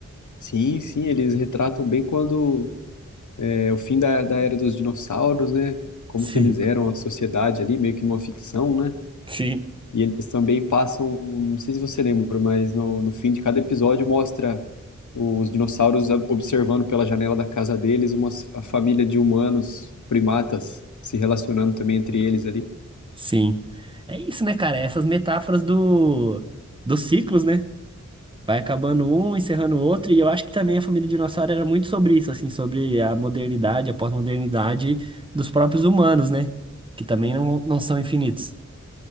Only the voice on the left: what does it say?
Sim, sim, eles retratam bem quando é o fim da, da era dos dinossauros, né? Como
que eles eram a sociedade ali, meio que uma ficção, né?
E eles também passam, não sei se você lembra, mas no, no fim de cada episódio mostra os dinossauros a- observando pela janela da casa deles uma família de humanos, primatas, se relacionando também entre eles ali.